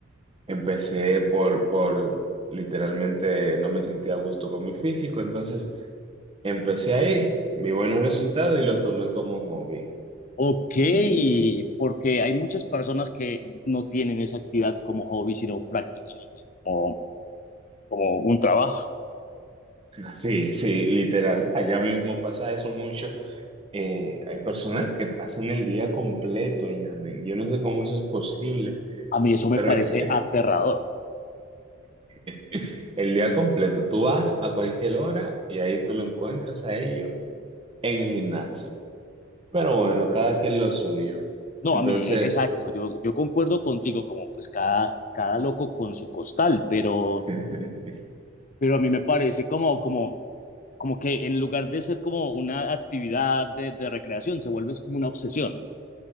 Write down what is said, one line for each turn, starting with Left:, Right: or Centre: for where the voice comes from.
Right: empecé por, por literalmente no me sentía a gusto con mi físico, entonces empecé a ir, vi buenos resultados y lo tomé como hobby.
Left: Ok,
Right: Y
Left: porque hay muchas personas que no tienen esa actividad como hobby, sino prácticamente como, como un trabajo.
Right: sí, sí, literal, allá mismo pasa eso mucho. eh, hay personas que pasan el día completo allá, men. Yo no sé cómo eso es posible,
Left: A mí eso
Right: pero
Left: me parece
Right: el día,
Left: aterrador.
Right: <laughs> el día completo, tú vas a cualquier hora y ahí tú lo encuentras a ellos en el gimnasio. Pero bueno, cada quien lo suyo.
Left: No,
Right: Entonces,
Left: a mí, e- exacto, yo, yo concuerdo contigo, como pues cada, cada loco con su costal, pero,
Right: <laughs>
Left: pero a mí me parece como, como, como que en lugar de ser como una actividad de, de recreación, se vuelve como una obsesión.